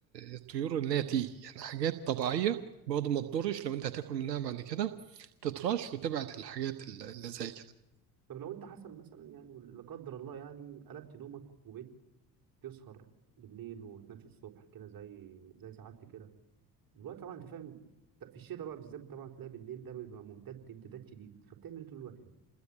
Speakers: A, on the right; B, on the right.
A: الطيور ان هي تيجي يعني حاجات طبيعيه برضه ما تضرش لو انت هتاكل منها بعد كده تترش وتبعد الحاجات ال- اللي زي كده
B: طب لو انت حصل مثلا يعني لا قدر الله يعني قلبت نومك وبقيت تسهر بالليل وتنامش الصبح كده زي زي سعادتي كده دلوقتي طبعا انت فاهم ت- في الشتاء بقى بالذات طبعا تلاقي بالليل ده بيبقى ممتد امتداد شديد فبتعمل ايه طول الوقت ده